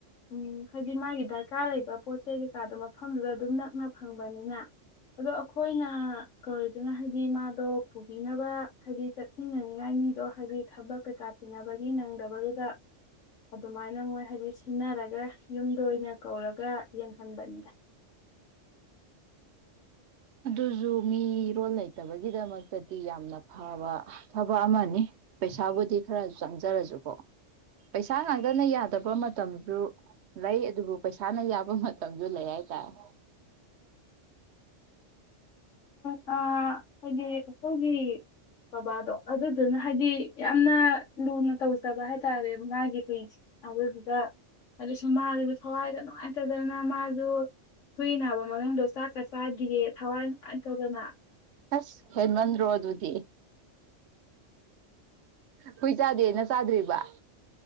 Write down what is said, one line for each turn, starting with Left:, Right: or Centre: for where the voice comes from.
Left: ꯎꯝ ꯍꯥꯏꯗꯤ ꯃꯥꯒꯤ ꯗꯔꯀꯥꯔ ꯂꯩꯕ ꯄꯣꯠ ꯆꯩ ꯀꯩꯀꯥꯗꯣ ꯃꯐꯝꯗꯨꯗ ꯑꯗꯨꯝ ꯅꯛꯅ ꯐꯪꯕꯅꯤꯅ ꯑꯗꯣ ꯑꯩꯈꯣꯏꯅ ꯀ ꯑꯗꯨꯅ ꯍꯥꯏꯗꯤ ꯃꯥꯗꯣ ꯄꯨꯕꯤꯅꯕ ꯍꯥꯏꯗꯤ ꯆꯠꯃꯤꯟꯅꯅꯤꯡꯉꯥꯏ ꯃꯤꯗꯣ ꯍꯥꯏꯗꯤ ꯊꯕꯛ ꯀꯩꯀꯥ ꯊꯤꯟꯅꯕꯒꯤ ꯅꯪꯗꯕꯗꯨꯗ ꯑꯗꯨꯃꯥꯏꯅ ꯃꯣꯏ ꯍꯥꯏꯗꯤ ꯁꯤꯟꯅꯔꯒ ꯌꯨꯝꯗ ꯑꯣꯏꯅ ꯀꯧꯔꯒ ꯌꯦꯡꯍꯟꯕꯅꯤꯗ
Right: ꯑꯗꯨ ꯑꯗꯨꯁꯨꯨ ꯃꯤ ꯔꯣꯜ ꯂꯩ ꯂꯩꯇꯕꯒꯤꯗꯃꯛꯇꯗꯤ ꯌꯥꯝꯅ ꯐꯕ ꯊꯕꯛ ꯑꯃꯅꯤ ꯄꯩꯁꯥꯕꯨꯗꯤ ꯈꯔ ꯆꯪꯖꯔꯁꯨꯀꯣ ꯄꯩꯁꯥ ꯉꯥꯛꯇꯅ ꯌꯥꯗꯕ ꯃꯇꯝ ꯂꯩ ꯑꯗꯨꯕꯨ ꯄꯩꯁꯥꯅ ꯌꯥꯕ ꯃꯇꯝꯗꯨ ꯂꯩ ꯍꯥꯏꯇꯥꯔꯦ
Left: ꯑ ꯍꯥꯏꯗꯤ ꯀꯆꯧꯒꯤ ꯕꯕꯥꯗꯣ ꯑꯗꯨꯗꯨꯅ ꯍꯥꯏꯗꯤ ꯌꯥꯝꯅ ꯂꯨꯅ ꯇꯧꯖꯕ ꯍꯥꯏꯇꯥꯔꯦ ꯉꯒꯦ ꯀꯗꯨꯗ ꯑꯗꯨꯗ ꯁꯨꯃ ꯍꯋꯥꯏꯗ ꯅꯨꯡꯉꯥꯏꯇꯗꯅ ꯃꯥꯗꯨꯣ ꯀꯨꯏ ꯅꯥꯕ ꯃꯔꯗꯣ ꯆꯥꯛ ꯆꯥꯛꯆꯥꯥ ꯔꯦ ꯊꯋꯥꯟ ꯑ ꯊꯧꯗꯅ
Right: ꯑꯁ ꯍꯦꯃꯟ ꯔꯣ ꯑꯗꯨ ꯎꯗꯤ ꯍꯨꯏ ꯆꯥꯗꯦꯅ ꯆꯥꯗ꯭ꯔꯤꯕ